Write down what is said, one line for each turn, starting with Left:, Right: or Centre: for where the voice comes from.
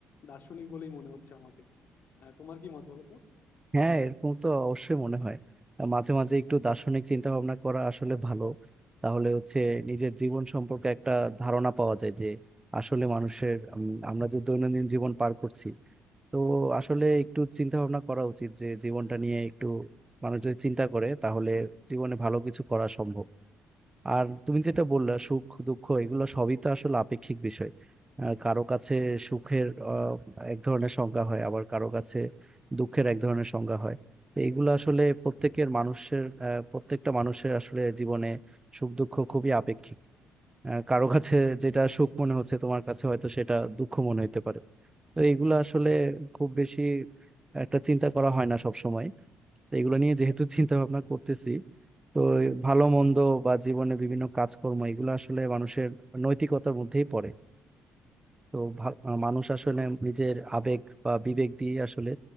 Left: দার্শনিক বলেই মনে হচ্ছে আমাকে আহ, তোমার কি মত বলো তো
Right: হ্যাঁ এরকম তো অবশ্যই মনে হয় আহ মাঝে মাঝে একটু দার্শনিক চিন্তা ভাবনা করা আসলে ভালো তাহলে হচ্ছে নিজের জীবন সম্পর্কে একটা ধারণা পাওয়া যায় যে আসলে মানুষের উম, আমরা যে দৈনন্দিন জীবন পার করছি তো আসলে একটু চিন্তা ভাবনা করা উচিত যে জীবনটা নিয়ে একটু মানুষ যদি চিন্তা করে তাহলে জীবনে ভালো কিছু করা সম্ভব আর তুমি যেটা বললা সুখ দুঃখ এগুলো সবই তো আসলে আপেক্ষিক বিষয় আহ, কারো কাছে সুখের আহ, এক ধরনের সংজ্ঞা হয় আবার কারো কাছে দুঃখের এক ধরনের সংজ্ঞা হয় তো এগুলো আসলে প্রত্যেকের মানুষের আহ, প্রত্যেকটা মানুষের আসলে জীবনে সুখ দুঃখ খুবই আপেক্ষিক আহ, কারো কাছে যেটা সুখ মনে হচ্ছে তোমার কাছে হয়তো সেটা দুঃখ মনে হতে পারে তো এগুলো আসলে খুব বেশি একটা চিন্তা করা হয় না সব সময় তো এগুলো নিয়ে যেহেতু চিন্তা ভাবনা করতেছি তো ভালো মন্দ বা জীবনে বিভিন্ন কাজকর্ম এগুলো আসলে মানুষের নৈতিকতার মধ্যেই পড়ে তো ভা- আহ মানুষ আসলে নিজের আবেগ বা বিবেক দিয়ে আসলে